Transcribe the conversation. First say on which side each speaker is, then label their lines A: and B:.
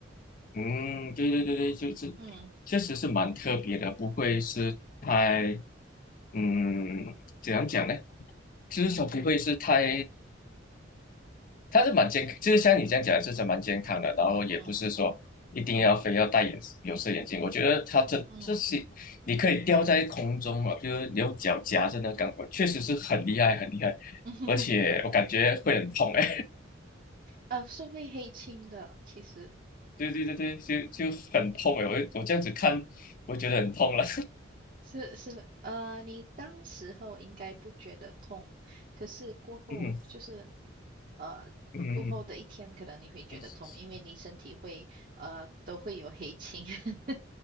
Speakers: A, on the left; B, on the right.
A: 嗯，对对对对，就是
B: 嗯
A: 确实是蛮特别的，不会是太，嗯，怎样讲呢？就是说不会是太，它是蛮健康，就是像你这样讲，就是蛮健康的，然后也不是说一定要非要戴眼有色眼镜，
B: 嗯
A: 我觉得它这这些你可以吊在空中啊，
B: 嗯，
A: 就是你用脚夹着那钢管，确实是很厉害很厉害，
B: <laughs>
A: 而且我感觉会很痛哎、
B: 呃，是会黑青的，其实
A: <laughs> 对对对对，就就很痛哎、我我这样子看，我觉得很痛了。
B: 是是呃，你当时候应该不觉得痛，可是过后就是
A: 嗯哼
B: 呃，
A: 嗯哼
B: 过后的一天可能你会觉得痛，
A: 嗯
B: 因为你身体会呃都会有黑青。<laughs>